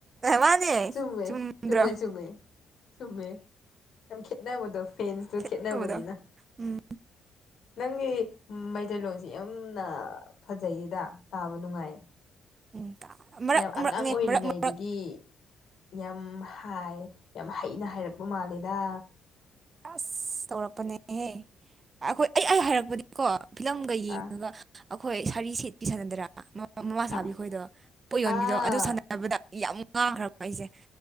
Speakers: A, on the right; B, on the left.
A: ꯃꯥꯅꯦ
B: ꯆꯨꯝꯃꯦ
A: ꯆꯨꯝꯗ꯭ꯔꯣ
B: ꯆꯨꯝꯃꯦ ꯆꯨꯝꯃꯦ ꯆꯨꯝꯃꯦ ꯌꯥꯝ ꯈꯦꯠꯅꯕꯗꯣ ꯐꯦꯟꯁꯇꯣ
A: ꯈꯦꯠꯅꯕꯗꯣ
B: ꯈꯦꯠꯅꯕꯅꯤꯅ
A: ꯎꯝ
B: ꯅꯪꯒꯤ ꯃꯩꯇꯩꯂꯣꯟꯁꯤ ꯌꯥꯝꯅ ꯐꯖꯩꯌꯦꯗ ꯇꯥꯕ ꯅꯨꯡꯉꯥꯏꯌꯦ
A: ꯎꯝ ꯃꯔꯛ
B: ꯌꯥꯝ ꯑꯉꯥꯡ
A: ꯃꯔꯛꯅꯦ
B: ꯑꯣꯏꯔꯤꯉꯩꯗꯒꯤ
A: ꯃꯔꯛ ꯃꯔꯛ
B: ꯌꯥꯝ ꯍꯥꯏ ꯌꯥꯝ ꯍꯩꯅ ꯍꯥꯏꯔꯛꯄ ꯃꯥꯜꯂꯦꯗ
A: ꯑꯁ ꯇꯧꯔꯛꯄꯅꯦꯍꯦ ꯑꯩꯈꯣꯏ ꯑꯩ ꯑꯩ ꯍꯩꯔꯛꯄꯗꯤꯀꯣ ꯐꯤꯂꯝꯒ ꯌꯦꯡꯉꯒ
B: ꯑꯥ
A: ꯑꯈꯣꯏ ꯁꯥꯔꯤ ꯁꯦꯠꯄꯤ ꯁꯥꯟꯅꯗꯔꯥ ꯃꯝ ꯃꯃꯥ
B: ꯑꯥ
A: ꯁꯥꯕꯤꯈꯣꯏꯗꯣ ꯄꯣꯠ ꯌꯣꯟꯕꯤꯗꯣ
B: ꯑꯥ
A: ꯑꯗꯨ ꯁꯥꯟꯅ <unintelligible> ꯌꯥꯝ ꯉꯥꯡꯈ꯭ꯔꯕ ꯑꯩꯁꯦ